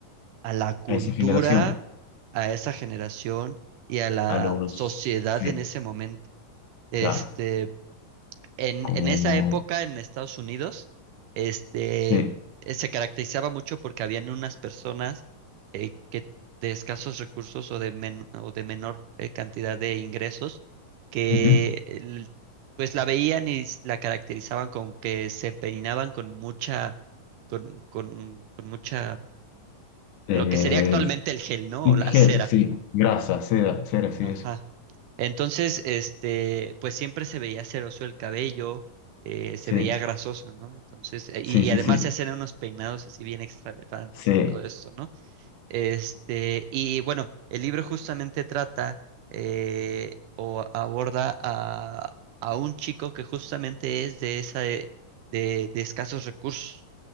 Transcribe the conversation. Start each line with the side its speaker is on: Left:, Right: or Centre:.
Right: a la cultura,
Left: A esa generación.
Right: a esa generación y a la
Left: A los...
Right: sociedad
Left: Sí,
Right: en ese momento. Este,
Left: claro.
Right: en,
Left: Como...
Right: en esa época en Estados Unidos, este,
Left: Sí.
Right: eh, se caracterizaba mucho porque habían unas personas eh, que de escasos recursos o de, men- o de menor eh, cantidad de ingresos que
Left: Ujú.
Right: el- pues la veían y s- la caracterizaban con que se peinaban con mucha, con, con, con mucha,
Left: Eh,
Right: lo que sería actualmente el gel, ¿no?
Left: Sí,
Right: O la
Left: gel,
Right: cera.
Left: sí, grasa, seda, cera, sí,
Right: Ajá.
Left: eso.
Right: Entonces, este, pues siempre se veía ceroso el cabello, eh,
Left: Sí,
Right: se veía grasoso, ¿no? Entonces, eh,
Left: sí,
Right: y, y
Left: sí,
Right: además
Left: sí,
Right: se hacían unos peinados así bien extravagantes
Left: sí.
Right: y todo esto, ¿no? Este, y bueno, el libro justamente trata eh, o aborda a, a un chico que justamente es de esa, eh, de, de escasos recursos